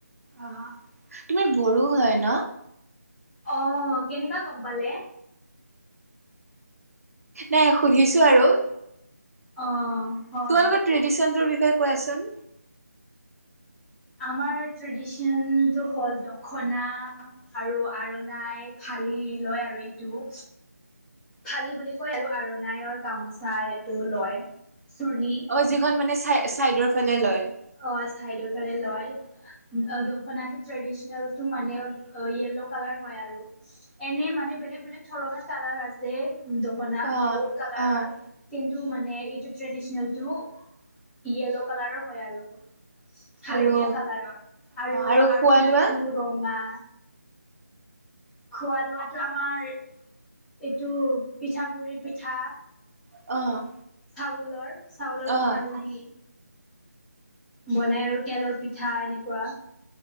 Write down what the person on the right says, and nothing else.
অ, তুমি বড়ো হয় ন।
নাই সুধিছো আৰু।
তোমালোকৰ ট্ৰেডিচনটোৰ বিষয়ে কোৱাচোন।
অ', যিখন মানে চাই-চাইডৰ ফালে লয়?
অ'
অ'
আৰু
অ'
খোৱা লোৱা?
অ'।
অ'